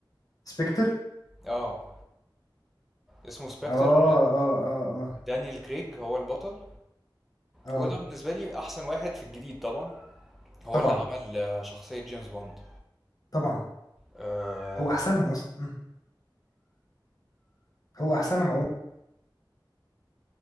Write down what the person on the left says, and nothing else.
سبكتر
اه اه اه اه
اه
طبعا
طبعا
هو احسنهم اصلا مم. هو احسنهم عموما